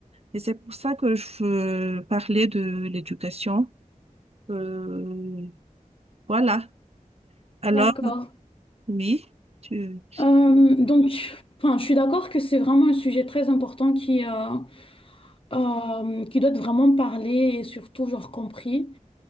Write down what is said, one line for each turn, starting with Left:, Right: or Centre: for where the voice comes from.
Right: Et c'est pour ça que je veux parler de l'éducation. Euh, voilà. Alors,
Left: D'accord.
Right: oui, tu...
Left: Euh, donc, enfin, je suis d'accord que c'est vraiment un sujet très important qui, euh, euh, qui doit être vraiment parlé et surtout, genre, compris.